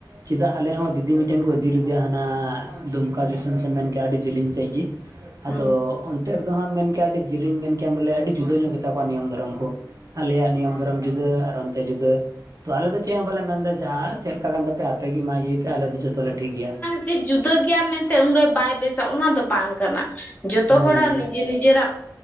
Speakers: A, on the right (about 45°); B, on the left (about 20°).
A: ᱪᱮᱫᱟᱜ ᱟᱞᱮ ᱦᱚᱸ ᱫᱤᱫᱤ ᱢᱤᱫᱴᱮᱱ ᱠᱚ ᱤᱫᱤ ᱞᱮᱫᱮᱭᱟ ᱦᱟᱱᱟ ᱫᱩᱢᱠᱟ ᱫᱤᱥᱚᱢ ᱥᱮᱫ ᱮᱢ ᱢᱮᱱᱠᱮᱭᱟ ᱟᱹᱰᱤ ᱡᱤᱞᱤᱧ ᱥᱟᱹᱦᱤᱡ ᱜᱤ
B: ᱦᱩᱸ
A: ᱟᱫᱚ ᱚᱱᱛᱮ ᱨᱮᱫᱚ ᱦᱟᱸᱜ ᱮᱢ ᱢᱮᱱ ᱠᱮᱜᱼᱟ ᱟᱹᱰᱤ ᱡᱤᱞᱤᱧ ᱢᱮᱱ ᱠᱮᱭᱟᱢ ᱵᱚᱞᱮ ᱟᱹᱰᱤ ᱡᱩᱫᱟᱹ ᱧᱚᱜ ᱜᱮᱛ ᱛᱟᱠᱚᱣᱟ ᱱᱤᱭᱚᱢ ᱫᱷᱚᱨᱚᱢ ᱠᱚ ᱟᱞᱮᱭᱟᱜ ᱱᱤᱭᱚᱢ ᱫᱷᱚᱨᱚᱢ ᱡᱩᱫᱟᱹ ᱟᱨ ᱚᱱᱛᱮ ᱡᱩᱫᱟᱹ ᱛᱚ ᱟᱞᱮ ᱫᱚ ᱪᱮᱫ ᱦᱚᱸ ᱵᱟᱞᱮ ᱢᱮᱱᱫᱟ ᱡᱟᱦᱟ ᱪᱮᱫ ᱞᱮᱠᱟ ᱠᱟᱱ ᱛᱟᱯᱮᱭᱟ ᱟᱯᱮ ᱜᱤ ᱢᱟ ᱤᱭᱟᱹᱭ ᱯᱮ ᱟᱞᱮ ᱫᱚ ᱡᱚᱛᱚᱞᱮ ᱴᱷᱤᱠ ᱜᱮᱭᱟ ᱾
B: ᱪᱤᱫ ᱡᱩᱫᱟᱹ ᱜᱮᱭᱟ ᱢᱮᱱᱛᱮ ᱩᱱᱨᱮ ᱵᱟᱭ ᱵᱮᱥᱟ ᱚᱱᱟ ᱫᱚ ᱵᱟᱝ ᱠᱟᱱᱟ ᱾ ᱡᱚᱛᱚ
A: ᱦᱮᱸ
B: ᱦᱚᱲᱟᱜ ᱱᱤᱡᱮ ᱱᱤᱡᱮᱨᱟᱜ